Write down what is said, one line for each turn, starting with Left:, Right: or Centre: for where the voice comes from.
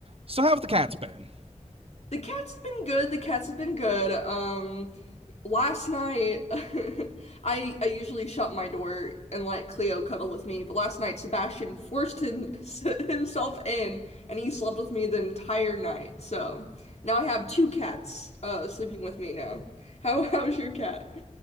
Right: So how have the cats been?
Left: The cats have been good. The cats have been good. Um, last night, <laughs> I I usually shut my door and let Cleo cuddle with me, but last night Sebastian forced him, <laughs> himself in, and he slept with me the entire night. So now I have two cats uh, sleeping with me now. How how's your cat?